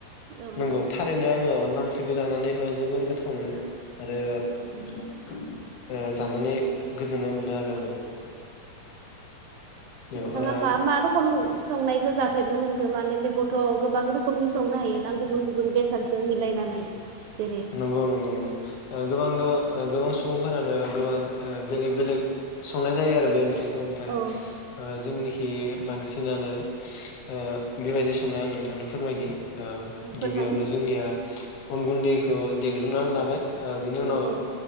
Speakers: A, on the right; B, on the left.
A: औ
B: नंगौ थारैनो आङो अनला ओं ख्रिखो जानानै जोबोर गोथाव मोनो। आरो
A: उम
B: ओ जानानै गोजोननाय मोनो आरो आङो। औ
A: नोंथाङा
B: ओ
A: मा मा रखम संनायखौ जाफेरनो मोनखो? माने बेखौथ' गोबां रोखोमनि संनो हायो ना गुबुन गुबुन बेसादजों मिलायनानै। जेरै
B: नंगौ नंगौ नंगौ। ओ गोबां गोबां ओ गोबां सुबुंफोरानो गोबां ओ बेलेग बेलेग संनाय जायो आरो बे ओंख्रि खौ ओमफ्राय
A: औ
B: जोंनि खि बांसिनानो ओ बेबायदि सङो आं नोंथांनो फोरमायनि। ओ
A: फोरमाय
B: गिबियावनो जोंनिया अन गुन्दै देग्रोना लाबाय ओ बिनि उनाव
A: औ औ